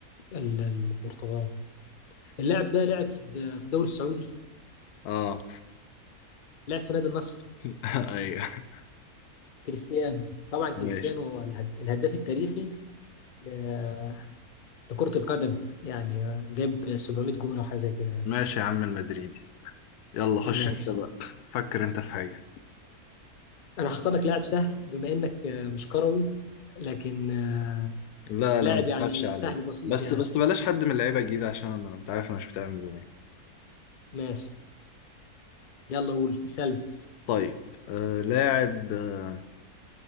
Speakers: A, on the left; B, on the left.
A: ال- البرتغال اللاعب ده لعب في الد- في الدوري السعودي
B: اه
A: لعب في نادي النصر
B: <laughs> ايوه
A: كريستيانو طبعا كريستيانو
B: ماشي
A: هو الهد- الهداف التاريخي ل- لكرة القدم يعني جاب 700 جون او حاجه زي كده يعني
B: ماشي يا عم المدريدي يلا خش
A: ماشي
B: انت بقى فكر انت في حاجة
A: انا هختار لك لاعب سهل بما انك آه، مش كروي لكن آه،
B: لا
A: لاعب
B: لا ما تخافش
A: يعني
B: عليا
A: سهل بسيط
B: بس
A: يعني
B: بس بلاش حد من اللعيبة الجديدة عشان انا انت عارف انا مش بتاع من زمان
A: ماشي يلا قول سلم
B: طيب آه لاعب آه